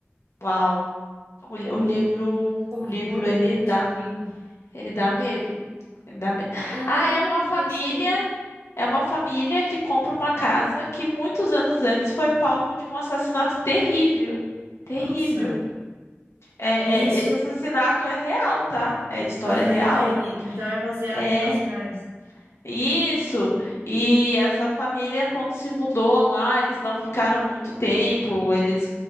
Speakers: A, on the left; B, on the right.
A: uau, o, li- o livro,
B: Horror
A: o livro
B: em
A: ele
B: MTV.
A: dá, ele dá medo, ele dá medo.
B: Eu
A: Ah,
B: não
A: é
B: lembro
A: uma família
B: desse aí.
A: É uma família que compra uma casa que muitos anos antes foi palco de um assassinato terrível. Terrível.
B: Nossa,
A: É,
B: isso.
A: é, esse assassinato é real, tá? É história
B: Ah,
A: real.
B: e- então é baseado
A: É,
B: em fatos
A: é
B: reais.
A: isso. E essa família, quando se mudou lá, eles não ficaram muito tempo. Eles